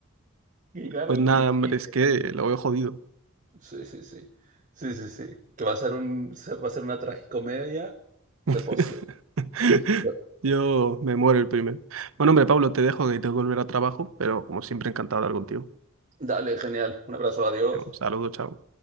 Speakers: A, on the right; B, on the right.
A: Y claro,
B: Pues nada,
A: que-
B: hombre,
A: y-
B: es que lo veo jodido.
A: sí, sí, sí. Sí, sí, sí. Que va a ser un, se- va a ser una tragicomedia
B: <laughs>
A: de por sí. de por
B: Yo
A: sí.
B: me muero el primero. Bueno, hombre, Pablo, te dejo que tengo que volver a trabajo, pero como siempre, encantado de hablar contigo.
A: Dale, genial. Un abrazo, adiós.
B: Un saludo, chao.